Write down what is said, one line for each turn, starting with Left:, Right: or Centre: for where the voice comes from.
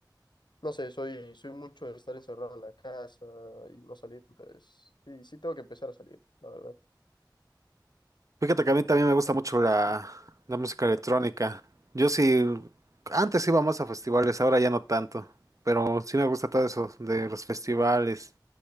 Left: no sé, soy, soy mucho de estar encerrado en la casa y no salir. Entonces, sí, sí tengo que empezar a salir, la verdad.
Right: Fíjate que a mí también me gusta mucho la, la música electrónica. Yo sí, antes iba más a festivales, ahora ya no tanto, pero sí me gusta todo eso de los festivales